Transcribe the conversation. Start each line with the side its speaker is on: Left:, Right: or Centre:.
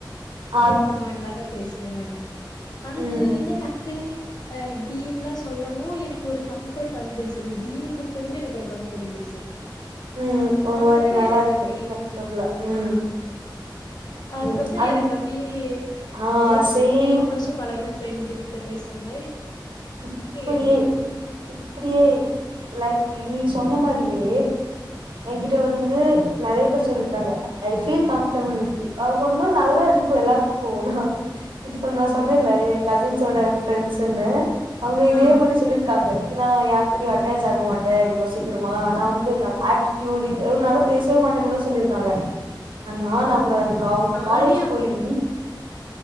Right: ஆ
Left: போங்கண்லாதா பேசுவே நானு ஆனா
Right: ம்
Left: நீ வந்து டக்குன்னு ஆ டீன்ல்லா சொல்லவு எனக்கு ஒரு கம்ஃபர்ட் வந்துருச்சு நீ டீனு கூப்ட்டதுமே எனக்கு ஒரு கம்ஃபர்ட் வந்துருச்சு
Right: ம் ஒரு
Left: அதுக்கப்புறோ
Right: மாரி நல்லா
Left: எனக்கு
Right: இருக்கு
Left: அப்டி
Right: கம்ஃபட்டபிளா ம்
Left: ஆ அதுக்கப்புறோ
Right: ம் அந்
Left: எனக்கு அப்டியே
Right: ஆ
Left: எ
Right: சேம்
Left: எத்தனையோ வருஷோ பழகுன ஃப்ரெண்டு கிட்ட பேசுன மாரி
Right: இப்டியே
Left: அப்டி
Right: இப் இப்டியே லைக் நீ சொன்ன மாரியே எகிட்ட
Left: ம்
Right: வந்து நெறைய பே சொல்லிருக்காங்க I feel comfortable with you அவங்க ஒருமா நல்லா இருக்கு எல்லாத்துக்கு நா இதுப்ப நான்
Left: ம்
Right: சொன்னேலே எ கசின்ஸோட ஃப்ரெண்ட்ஸுன்னு அவங்க இதே
Left: ஆ
Right: மாரி சொல்லிருக்காங்க ஏ நா யாரு கூடயு அட்டாச் ஆகமாட்டே இவ்ளோ சீக்கிரமா நா வந்து நா ஆட்டிடுல்லி எ நல்ல பேசவே மாட்டேன்னுல்ல சொல்லியிருக்காங்க ஆனா நாங்க வந்து அவங்க
Left: நானே
Right: காலேஜ்
Left: அப்டித்தா
Right: போயி